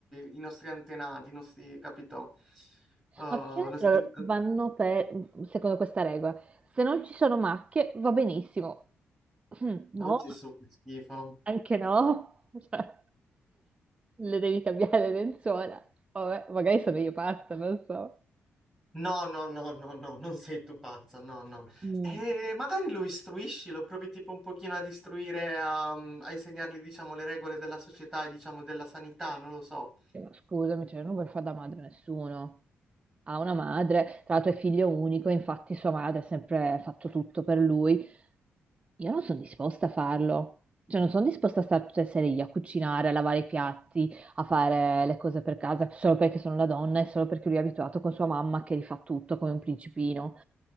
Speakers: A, in the centre; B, on the right.
A: i nostri antenati, i nostri, capito? Eh,
B: Ma più che altro
A: i nostri-
B: vanno per, secondo questa regola, se non ci sono macchie va benissimo. Mm, No,
A: Oh Gesù, che schifo.
B: anche no. Cioè, le devi cambiare le lenzuola. Vabbè, magari sono io pazza, non so.
A: No, no, no, no, no, non sei tu pazza, no, no.
B: Mm,
A: E magari lo istruisci, lo provi tipo un pochino ad istruire, a, mm, a insegnargli, diciamo, le regole della società e, diciamo, della sanità, non lo so.
B: sì, ma scusami, cioè, non vuol fare da madre a nessuno. Ha una madre, tra l'altro è figlio unico, infatti sua madre ha sempre fatto tutto per lui. Io non sono disposta a farlo, cioè non sono disposta a stare tutte le sere io a cucinare, a lavare i piatti, a fare le cose per casa, solo perché sono la donna e solo perché lui è abituato con sua mamma che rifà tutto come un principino.